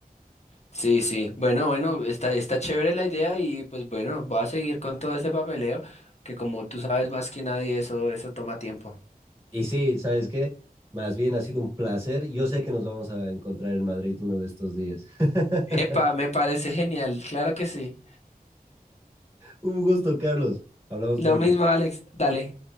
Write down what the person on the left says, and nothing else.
Sí, sí, bueno, bueno, está, está chévere la idea y pues bueno, voy a seguir con todo ese papeleo, que como tú sabes más que nadie, eso, eso toma tiempo.
Epa, me parece genial, claro que sí.
Lo
mismo, Alex, dale.